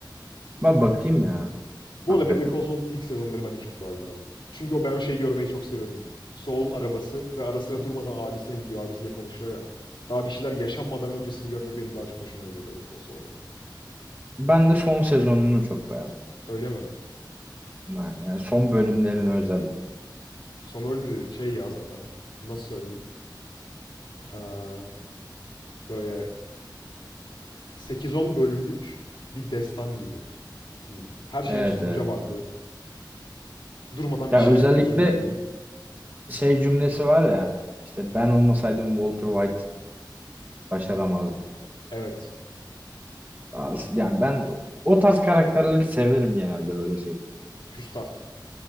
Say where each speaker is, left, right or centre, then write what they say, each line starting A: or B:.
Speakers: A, on the right (about 20°); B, on the left (about 80°).
A: Ben bakayım ya.
B: Bu
A: Hakikaten.
B: arada Better Call Saul'un ilk sezonları bence çok daha güzel. Çünkü o ben o şeyi görmeyi çok seviyordum. Saul'un arabası ve ara sıra durmadan abisine gidiyor, abisiyle konuşuyor ya. Daha bir şeyler yaşanmadan öncesini görmek benim daha çok hoşuma gidiyor Better Call Saul'da.
A: Ben de son sezonunu çok beğendim.
B: Öyle mi?
A: Ben- Yani son bölümlerini özellikle.
B: Son bölümleri şey ya zaten. Nasıl söyleyeyim? Ee, böyle sekiz on bölümlük bir destan gibi diyeyim. Her şeyin
A: Evet
B: sonuca
A: evet.
B: vardığı, durmadan
A: Ya
B: bir şeylerin
A: özellikle
B: çözümlendiği.
A: şey cümlesi var ya. İşte ben olmasaydım Walter White başaramazdı.
B: Evet.
A: Az- Yani ben o tarz karakterleri severim genelde böyle şey.
B: Küstah.